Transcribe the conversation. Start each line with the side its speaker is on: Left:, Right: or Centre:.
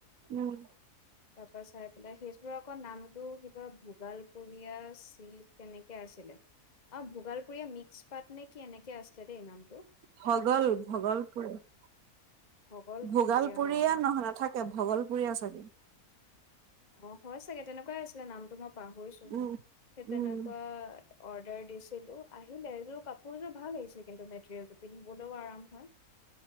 Right: উম
Left: তাৰ পৰা চাই পেলাই সেইযোৰ আকৌ নামটো কিবা ভোগাল পুৰীয়া চিল্ক কেনেকে আছিলে? অ' ভোগালপুৰীয়া মিক্স পাট নে কি এনেকে আছিলে দেই নাম।
Right: ভগল- ভগলপুৰ ।
Left: ভগলপুৰীয়া
Right: ভোগালপুৰীয়া
Left: অ
Right: নহ- নাথাক কে ভগলপূৰীয়া চাগে।
Left: অ' হয় চাগে । তেনেকুৱাই আছিলে নামটো ম পাহৰিছোঁ।
Right: উম
Left: সেই তেনেকুৱা
Right: উম
Left: অৰ্ডাৰ দিছিলো আহিলে এইযোৰ কাপোৰযোৰ ভাল আহিছে কিন্তু মেটেৰিয়েলটো পিন্ধিবলৈও আৰাম হয়